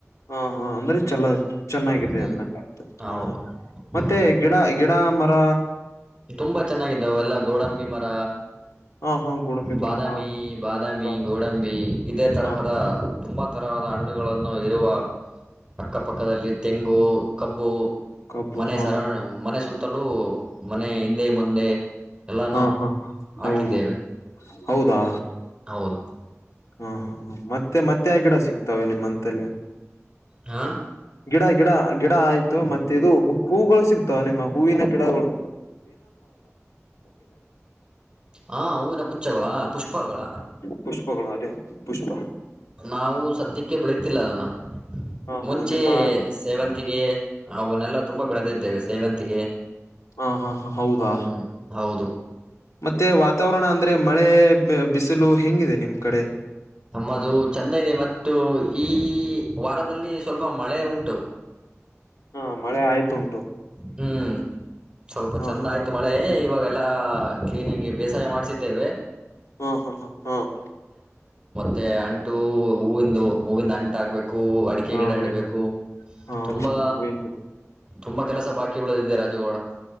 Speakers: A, on the left (about 85°); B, on the right (about 15°).
A: ಹಾ ಹಾ ಅಂದ್ರೆ ಚಲೋ ಚೆನ್ನಾಗಿದೆ
B: ಹ್ಮ್
A: ಅಂದತ
B: ಹೌದು
A: ಹ ಹ
B: ಹ್ಮ್
A: ಮತ್ತೆ ಗಿಡ ಗಿಡ ಮರ
B: ತುಂಬಾ ಚೆನ್ನಾಗಿದ್ದಾವ ಎಲ್ಲಾ ಗೋಡಂಬಿ ಮರ
A: ಹಾ ಹಾ ಗೋಡಂಬಿ
B: ಬಾದಾಮಿ
A: ಮರ ಹಾ
B: ಬಾದಾಮಿ
A: ಹಾ
B: ಗೋಡಂಬಿ ಇದೇ ತರಹದ
A: ಹಾ
B: ತುಂಬಾ ತರವಾದ ಹಣ್ಣುಗಳನ್ನು ಇರುವ ಅಕ್ಕಪಕ್ಕದಲ್ಲಿ ತೆಂಗು ಕಬ್ಬು
A: ಕಬ್ಬು
B: ಮನೆ
A: ಹಾ
B: ಸರೌಂಡ ಮನೆ ಸುತ್ತ ತಲು ಮನೆ ಹಿಂದೆ ಮುಂದೆ ಎಲ್ಲಾನು
A: ಹಾ ಹಾ
B: ಹಾಕಿದ್ದೇವೆ
A: ಹೌದು ಹೌದಾ
B: ಹೌದು
A: ಹಾ ಹ ಹ ಮತ್ತೆ ಮತ್ತೆ ಗಿಡ ಸಿಕ್ತವೆೆ ನಿಮ್ಮ್ ಅಂತಲ್ಲಿ
B: ಹಾ
A: ಗಿಡ ಗಿಡ ಗಿಡ ಆಯ್ತು ಮತ್ತೆ ಇದು ಹೂಗಳು ಸಿಗ್ತಾವ ನಿಮ್ಮ ಹೂವಿನ ಗಿಡಗಳು <inaudible>
B: ಹ ಹೂನ ಕುಚ್ಚಗಳ ಪುಷ್ಪಗಳ
A: ಹ್ಮ ಪುಷ್ಪಗಳು ಅದೇ ಪುಷ್ಪ.
B: ನಾವು ಸದ್ಯಕ್ಕೆ ಬೆಳೀತಿಲ್ಲ ಅದನ್ನ
A: ಹ
B: ಮುಂಚೆ
A: ಹ ನಿಮ್ಮ
B: ಸೇವಂತಿಗೆ ಅವನ್ನೆಲ್ಲ ತುಂಬಾ ಬೆಳೆದಿದ್ದೇವೆ ಸೇವಂತಿಗೆ
A: ಹಾ ಹಾ ಹಾ ಹೌದಾ
B: ಹ್ಮ್ ಹೌದು
A: ಮತ್ತೆ ವಾತಾವರಣ ಅಂದ್ರೆ ಮಳೆ ಬಿಸಿಲು ಹೆಂಗಿದೆ ನಿಮ್ ಕಡೆ
B: ನಮ್ಮದು ಚಂದ ಇದೆ ಮತ್ತು ಈ ವಾರದಲ್ಲಿ ಸ್ವಲ್ಪ ಮಳೆ ಉಂಟು
A: ಹಾ ಮಳೆ ಆಯ್ತುಂ
B: ಹ್ಮ್ ಸ್ವಲ್ಪ
A: ಹಾ
B: ಚಂದ
A: ಹಾ
B: ಆಯ್ತು ಮಳೆ ಇವಾಗ್ ಎಲ್ಲ ಕ್ಲೀನಿಗೆ ಬೇಸಾಯ ಮಾಡ್ಸಿದ್ದೇವೆ
A: ಹ್ಮ್ ಹ್ಮ್ ಹ್ಮ್ ಹ್ಮ್
B: ಅ ಹೂವಿಂದು ಹೂವಿನ್ ಅಂಟ್ ಆಗ್ಬೇಕು ಕೂ ಅಡಿಕೆ
A: ಹಾ
B: ಗಿಡ
A: ಹೂವಿನ
B: ಇಡಬೇಕು
A: ಹಾ
B: ತುಂಬಾ
A: ಹಾ ಹಾ ಹೂವಿನ ಗಿಡ
B: ತುಂಬಾ ಕೆಲಸ ಬಾಕಿಗಳು ಇದೆ ರಾಜಗೌಡ